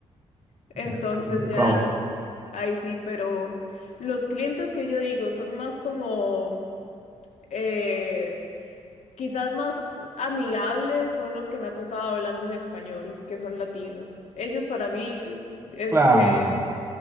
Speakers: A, on the left (about 65°); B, on the right (about 20°).
A: entonces
B: es complicado.
A: ya, ahí sí, pero los clientes que yo digo son más como... eh, Quizás más amigables son los que me ha tocado hablando en español, que son latinos. Ellos para mí, es, es,
B: Claro.
A: eh,